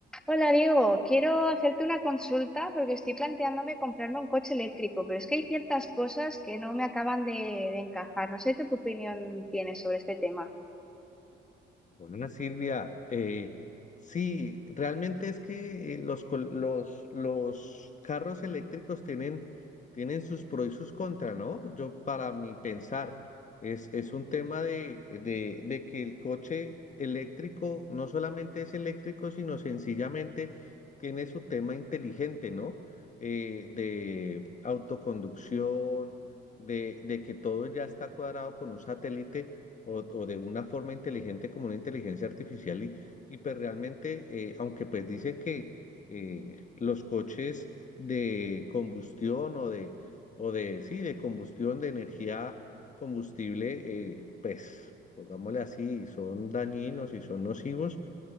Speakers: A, in the centre; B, on the left.
A: Hola Diego, quiero hacerte una consulta porque estoy planteándome comprarme un coche eléctrico, pero es que hay ciertas cosas que no me acaban de, de encajar. No sé tú qué opinión tienes sobre este tema.
B: Bueno, Silvia, eh, sí, realmente es que eh, los, col- los, los carros eléctricos tienen, tienen sus pros y sus contras, ¿no? Yo, para mi pensar, es, es un tema de, de, de que el coche eléctrico no solamente es eléctrico, sino sencillamente tiene su tema inteligente, ¿no? Eh, de autoconducción, de, de que todo ya está cuadrado con un satélite o, o de una forma inteligente como una inteligencia artificial y, y pues realmente, eh, aunque pues dicen que eh, los coches de combustión o de, o de, sí, de combustión, de energía combustible, eh, pues pongámosle así, son dañinos y son nocivos